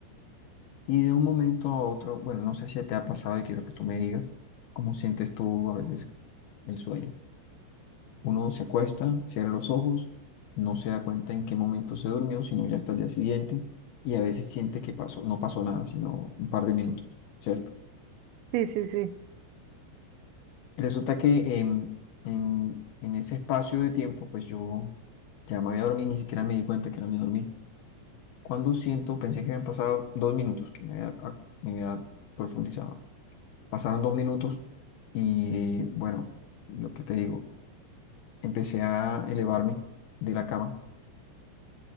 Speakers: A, on the left (about 65°); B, on the right (about 85°).
A: y de un momento a otro, bueno, no sé si te ha pasado y quiero que tú me digas cómo sientes tú a veces el sueño. Uno se acuesta, cierra los ojos, no se da cuenta en qué momento se durmió, sino ya hasta el día siguiente, y a veces siente que pasó, no pasó nada, sino un par de minutos, ¿cierto?
B: Sí, sí, sí,
A: Resulta que em, en, en ese espacio de tiempo, pues yo ya me había dormido, ni siquiera me di cuenta que no me dormí. Cuando siento, pensé que habían pasado dos minutos, que me había, ac- me había profundizado. Pasaron dos minutos y bueno, lo que te digo, empecé a elevarme de la cama